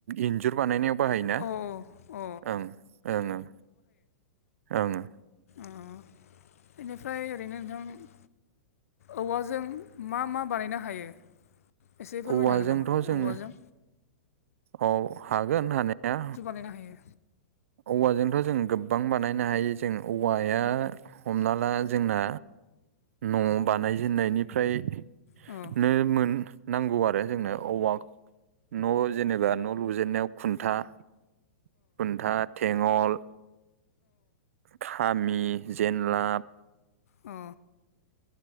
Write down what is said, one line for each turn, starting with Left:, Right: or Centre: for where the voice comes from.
Right: इन जुर बानायनायाव बाहाय ना
Left: अ अ
Right: ओं ओं ओ‌ ओं ओ।
Left: ओ बेनिफ्राय ओरैनो नोंथां औवाजों मा मा बानायनो हायो एसे फोरमायनो
Right: औवाजोंथ'
Left: हागोन नामा
Right: जोङो
Left: औवाजों
Right: औ हागोन हानाया।
Left: नो हायो।
Right: औवाजोंथ' जों गोबां बानायनो हायो जों औवाया हमना ला जोंना न' बानायजेेननायनिफ्राय
Left: जंगल
Right: नो मोन नांगौ आरो जोंनो औवा न' जेनेबा न' लुजेननायाव खुन्था-खुन्था थेङल खामि जेनलाब
Left: अ।